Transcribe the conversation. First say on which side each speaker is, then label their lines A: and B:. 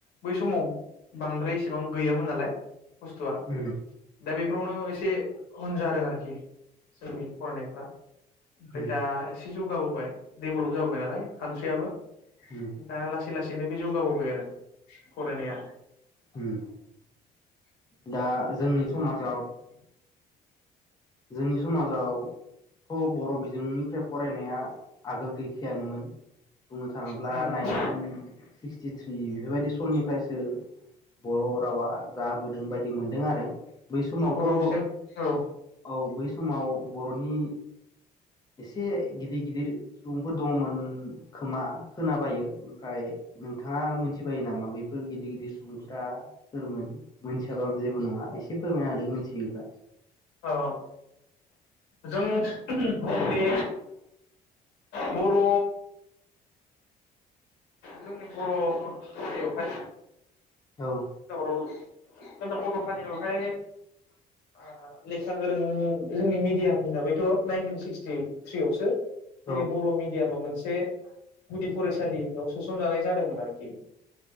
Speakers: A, on the left; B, on the left.
A: बै समाव बांद्राय इसेबां गैयामोन नालाय खस्थआ
B: उम
A: दा बेफोरावनो एसे उन जादों आरोखि जोंनि फरायनायफ्रा ओमफ्राय
B: उम
A: दा एसे जौगाबोबाय डेभलप जाबोबाय नालाय कान्ट्रियाबो
B: उम
A: दा लासै लासैनो बे जौ गाबावबाय आरो फरायनाया
B: उम दा जोंनि समाजाव जोंनि समाजाव थ' बर' बिजोंनिफ्राय फरायनाया आगोल गैखायानोमोन। बुंनो थाङोब्ला
A: नोंथाङा
B: नाइनटिन सिक्सटिथ्रि बेफोरबायदि सननिफ्रायसो बर' रावा जाबोदों बायदि मोनदों आरो बै समावथ'
A: बर' बिजों औ
B: औ बै समाव बर'नि एसे गिदिर गिदिर सुबुंफोर दंमोन खोमा खोना बायो। ओमफाय नोंथाङा मिथिबायो नामा बै फोर गिदिर गिदिर सुबुंफोरा सोरमोन मोनथिया <unintelligible> जेबो नङा एसे फोरमायना होदो मोनथि जेब्ला
A: औ। जों बे बर' जोंनि बर' हारियावहाय
B: औ
A: दावराव जुब। जों बर' हारियावहाय ओ लेखा गोरों जोंनि मिडियाम हिसाबैथ' नाइनटिन सिक्सटि थ्रिआवसो
B: औ उम औ उम
A: जोंनि बर' मिडियामा मोन से गुदि फरायसालि। याव सोसनजानाय जादोंमोन आरोखि